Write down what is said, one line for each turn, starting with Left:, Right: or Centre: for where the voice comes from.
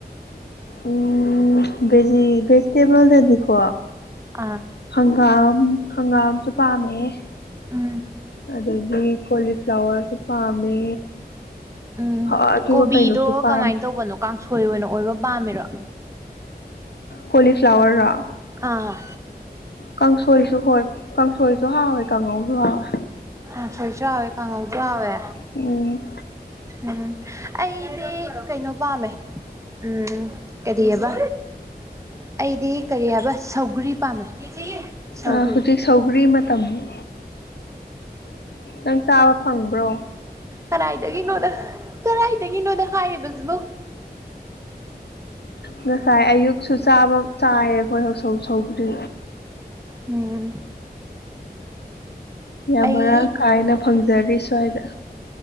Left: ꯎꯝ ꯚꯦꯖꯤ ꯚꯦꯖꯤꯇꯦꯕꯜꯗꯗꯤꯀꯣ
Right: ꯑꯥ
Left: ꯍꯪꯒꯥꯝ ꯍꯪꯒꯥꯝꯁꯨ ꯄꯥꯝꯃꯦꯍꯦ
Right: ꯎꯝ
Left: ꯑꯗꯒꯤ ꯀꯣꯂꯤꯐ꯭ꯂꯥꯋꯔꯁꯨ ꯄꯥꯝꯃꯦ
Right: ꯎꯝ
Left: ꯑꯗꯨꯒ
Right: ꯀꯣꯕꯤꯗꯣ
Left: ꯀꯩꯅꯣꯁꯨ ꯄꯥꯝ
Right: ꯀꯃꯥꯏ ꯇꯧꯕꯅꯣ ꯀꯥꯡꯁꯣꯏ ꯑꯣꯏꯅ ꯑꯣꯏꯕ ꯄꯥꯝꯃꯤꯔꯣ
Left: ꯀꯣꯂꯤꯐ꯭ꯂꯥꯋꯔꯔꯣ
Right: ꯑꯥ
Left: ꯀꯥꯡꯁꯣꯏꯁꯨ ꯍꯣꯏ ꯀꯥꯡꯁꯣꯏꯁꯨ ꯍꯥꯎꯋꯦ ꯀꯥꯡꯉꯧꯁꯨ ꯍꯥꯎꯋꯦ
Right: ꯀꯥꯡꯁꯣꯏꯁꯨ ꯍꯥꯥꯎꯋꯦ ꯀꯥꯉꯧꯁꯨ ꯍꯥꯎꯋꯦ
Left: ꯎꯝ
Right: ꯎꯝ ꯑꯩꯗꯤ ꯀꯩꯅꯣ ꯄꯥꯝꯃꯦ ꯎꯝ ꯀꯔꯤꯌꯕ ꯑꯩꯗꯤ ꯀꯔꯤ ꯍꯥꯏꯕ ꯁꯧꯒ꯭ꯔꯤ ꯄꯥꯝꯃꯦ ꯁꯧꯒ꯭ꯔꯤ
Left: ꯑ ꯍꯧꯖꯤꯛ ꯁꯧꯒ꯭ꯔꯤ ꯃꯇꯝꯅꯤ ꯅꯪ ꯆꯥꯕ ꯐꯪꯕ꯭ꯔꯣ
Right: ꯀꯔꯥꯏꯗꯒꯤꯅꯣꯗ ꯀꯔꯥꯏꯗꯒꯤꯅꯣꯗ ꯍꯥꯏꯔꯤꯕꯁꯤꯕꯨ
Left: ꯉꯁꯥꯏ ꯑꯌꯨꯛꯁꯨ ꯆꯥꯕ ꯆꯥꯏꯌꯦ ꯑꯩꯈꯣꯏ ꯍꯧꯁꯧ ꯁꯧꯒ꯭ꯔꯤ
Right: ꯎꯝ
Left: ꯌꯥꯝ
Right: ꯑꯩ
Left: ꯃꯔꯥꯡ ꯀꯥꯏꯅ ꯐꯪꯖꯔꯤ ꯁ꯭ꯋꯥꯏꯗ